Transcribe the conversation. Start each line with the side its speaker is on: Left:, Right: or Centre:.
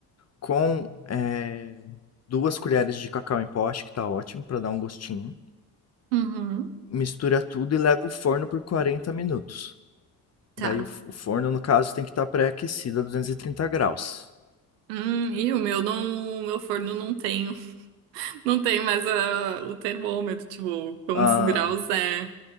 Left: com é, duas colheres de cacau em pó, acho que tá ótimo pra dar um gostinho.
Right: uhum.
Left: Mistura tudo e leva o forno por 40 minutos.
Right: Tá.
Left: Daí o, f- o forno, no caso, tem que estar pré-aquecido a 230 graus.
Right: Hum, e o meu não, o meu forno não tem, <laughs> não tem mais ah, o termômetro, tipo, quantos
Left: Ah,
Right: graus é.